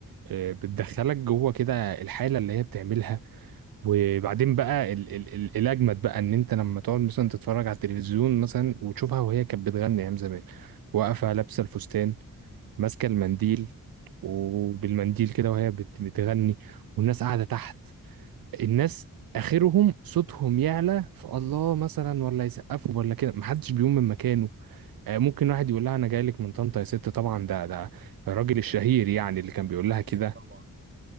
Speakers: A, on the right; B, on the right.
A: آه، بتدخلك جوه كده الحاله اللي هي بتعملها وبعدين بقى ال ال ال الاجمد بقى ان انت لما تقعد مثلا تتفرج على التلفزيون مثلا وتشوفها وهي كانت بتغني ايام زمان واقفه لابسه الفستان ماسكه المنديل وبالمنديل كده وهي بت- بتغني والناس قاعده تحت الناس اخرهم صوتهم يعلى فالله مثلا ولا يسقفوا ولا كده محدش بيقوم من مكانه آه، ممكن واحد يقول لها انا جاي لك من طنطا يا ست طبعا ده ده الراجل
B: <laughs>
A: الشهير يعني اللي كان بيقول لها
B: أكيد
A: كده
B: طبعا